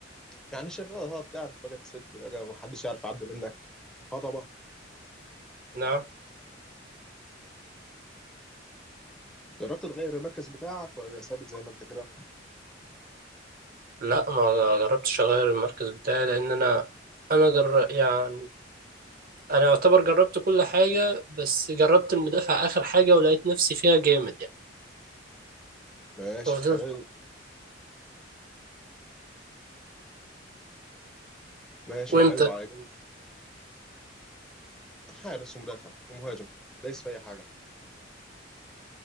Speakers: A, in the centre; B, on the right.
A: يعني شغال ها بتعرف بقى تسد بقى محدش يعرف يعدي منك هضبة
B: نعم
A: جربت تغير المركز بتاعك ولا ثابت زي ما انت كده
B: لا ما جربتش أغير المركز بتاعي لأن أنا أنا جر... يعني أنا يعتبر جربت كل حاجة بس جربت المدافع آخر حاجة ولقيت نفسي فيها جامد يعني
A: ماشي
B: ففضلت
A: حلو ماشي
B: وأنت
A: حلو على جنب حارس ومدافع ومهاجم دايس في اي حاجه